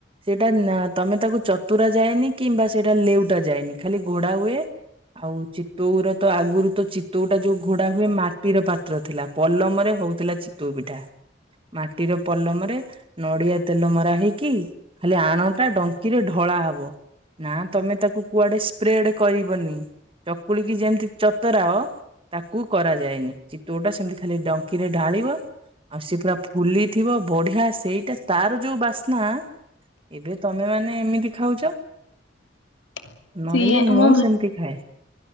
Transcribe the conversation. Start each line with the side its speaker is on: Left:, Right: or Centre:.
Right: ସେଇଟା ତମେ ତାକୁ ଚତୁରା ଯାଏନି କିମ୍ବା ସେଇଟା ଲେଉଟା ଯାଏନି ଖାଲି ଗୋଡା ହୁଏ ଆଉ ଚିତୋଉ ର ତ ଆଗରୁ ତ ଚିତୋଉ ଟା ଯୋଉ ଘୋଡା ହୁଏ, ମାଟିର ପାତ୍ର ଥିଲା। ପଲମରେ ହୋଉଥିଲା ଚିତଉ ପିଠା। ମାଟିର ପଲମରେ ନଡିଆ ତେଲ ମରା ହେଇକି, ଖାଲି ଆଣଟା ଡଙ୍କିରେ ଢ କଳା ହବ। ନା, ତମେ ତାକୁ କୁଆଡେ ସ୍ପ୍ରେଡ କରିବନି, ଚକୁଳିକି ଯେମିତି ଚତରାଅ ତାକୁ କରାଯାଏନି, ଚିତୋଉଟା ସେମିତି ଖାଲି ଡଙ୍କିରେ ଢାଳିବ ଆଉ ସେ ପୁରା ଫୁଲିଥିବ, ବଢିଆ ସେଇଟା ତାର ଯୋଉ ବାସ୍ନା ଏବେ ତମେ ମାନେ ଏମିତି ଖାଉଚ।
Left: <inaudible>
Right: ନହେଲେ,
Left: ସିଏ
Right: ମୁଁ
Left: ମୋ
Right: ସେମତି ଖାଏ।